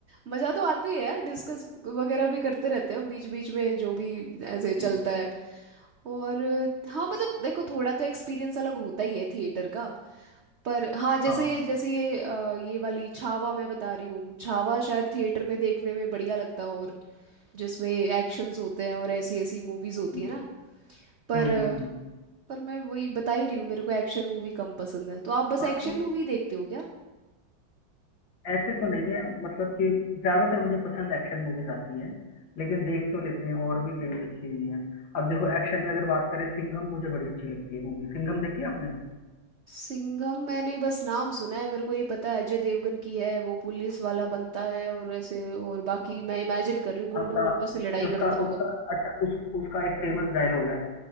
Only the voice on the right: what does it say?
मजा तो आती है यार डिस्कस वगैरह भी करते रहते हैं हम बीच बीच में जो भी ऐसे
चलता है और हाँ मतलब देखो थोड़ा तो एक्सपीरियंस अलग होता ही है थिएटर का पर हाँ
जैसे जैसे ये अ, ये वाली छावा मैं बता रही हूँ छावा शायद थिएटर में देखने में बढ़िया लगता है और जिसमें एक्शंस होते हैं और ऐसी ऐसी मूवीज होती
है ना पर
पर मैं वही बता ही रही हूँ मेरे को एक्शन मूवी कम पसंद है तो आप बस
एक्शन मूवी देखते हो क्या
सिंघम मैंने बस नाम सुना है मेरे को ये पता है अजय देवगन की है वो पुलिस वाला बनता है और ऐसे और
बाकी मैं इमेजिन कर रही हूँ गुंडों
गुंडों से लड़ाई
करता होगा